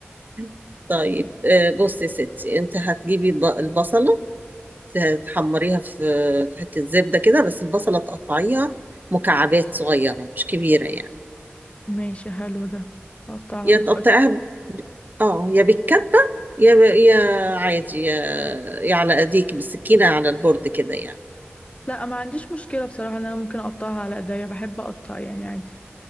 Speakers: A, on the right (about 45°); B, on the left (about 30°).
A: <laughs> طيب آه، بصي يا ستي انت هتجيبي الب- البصلة ت- تحمريها في في حتة زبدة كده بس البصلة تقطعيها مكعبات صغيرة مش كبيرة يعني
B: ماشي حلو ده اقطعها
A: يا
B: بأك...
A: تقطعيها ب- اه يا بالكبة يا ب... يا عادي يا... يا على ايديك بالسكينة على البورد كده يعني
B: لا ما عنديش مشكلة بصراحة ان انا ممكن اقطعها على ايديا بحب اقطع يعني عادي